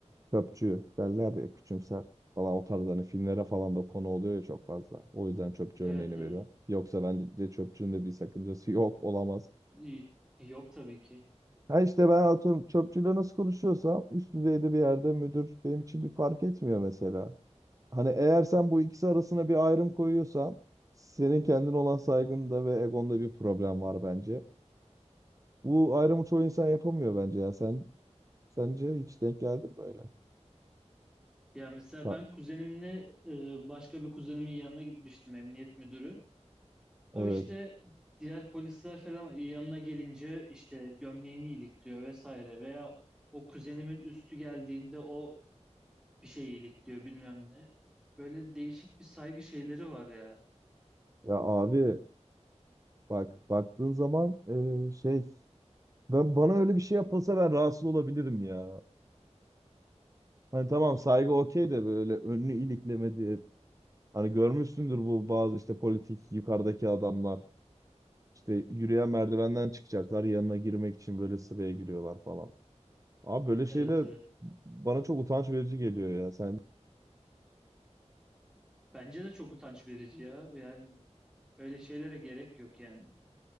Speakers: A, on the right; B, in the centre.
A: çöpçü derler ya küçümser falan o tarz hani filmlere falan da konu oluyor ya çok fazla. O yüzden çöpçü
B: Evet
A: örneğini
B: evet.
A: veriyorum. Yoksa bence de çöpçünün de bir sakıncası yok olamaz.
B: İyi. Yok tabii ki.
A: Ha işte ben atıyorum çöpçüyle nasıl konuşuyorsam üst düzeyde bir yerde müdür benim için bir fark etmiyor mesela. Hani eğer sen bu ikisi arasına bir ayrım koyuyorsan senin kendine olan saygında ve egonda bir problem var bence. Bu ayrımı çoğu insan yapamıyor bence ya. Sen sence hiç denk geldi mi böyle?
B: Ya mesela
A: Ha,
B: ben kuzenimle e, başka bir kuzenimin yanına gitmiştim emniyet müdürü. O
A: evet.
B: işte diğer polisler falan yanına gelince işte gömleğini ilikliyor vesaire veya o kuzenimin üstü geldiğinde o bir şey iyilikliyor bilmem ne. Böyle değişik bir saygı şeyleri var ya.
A: Ya abi bak baktığın zaman e, şey ben bana öyle bir şey yapılsa ben rahatsız olabilirim ya. Hani tamam saygı okey de böyle önünü iliklemedi. Hani görmüşsündür bu bazı işte politik yukarıdaki adamlar. İşte yürüyen merdivenden çıkacaklar yanına girmek için böyle sıraya giriyorlar falan. Abi böyle
B: Evet
A: şeyler
B: evet.
A: bana çok utanç verici geliyor ya. Sen
B: Bence de çok utanç verici ya. Yani öyle şeylere gerek yok yani.